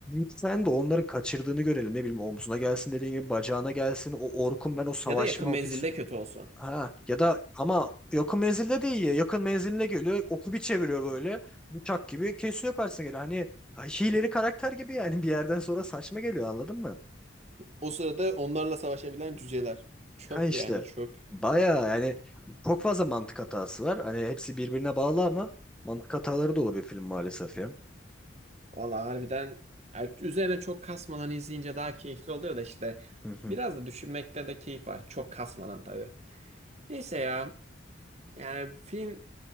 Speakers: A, in the centre; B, on the right.
A: sen de onların kaçırdığını görelim. Ne bileyim omzuna gelsin dediğin gibi bacağına gelsin. O Orkun ben o savaşma
B: Ya da yakın menzilde
A: o pis...
B: kötü olsun.
A: Ha ya da ama yakın menzilde değil ya. Yakın menziline geliyor. Oku bir çeviriyor böyle. Bıçak gibi kesiyor karşısına geliyor. Hani ha, hileli karakter gibi yani bir yerden sonra saçma geliyor anladın mı?
B: O sırada onlarla savaşabilen cüceler. Çöp
A: Ha işte.
B: yani çöp.
A: Baya yani çok fazla mantık hatası var. Hani hepsi birbirine bağlı ama mantık hataları dolu bir film maalesef ya.
B: Valla harbiden yani üzerine çok kasmadan izleyince daha keyifli oluyor da işte
A: Hı hı.
B: biraz da düşünmekte de keyif var. Çok kasmadan tabii. Neyse ya yani film